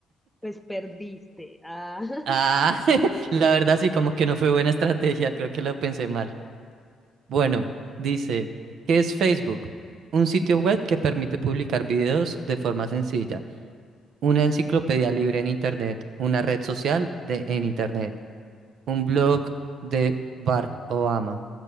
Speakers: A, in the centre; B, on the right.
A: Pues perdiste. Ah, <laughs>
B: Ah, <laughs> la verdad sí, como que no fue buena estrategia, creo que lo pensé mal. Bueno, dice, ¿qué es Facebook? Un sitio web que permite publicar videos de forma sencilla. Una enciclopedia libre en Internet, una red social de en Internet, un blog de Barack Obama.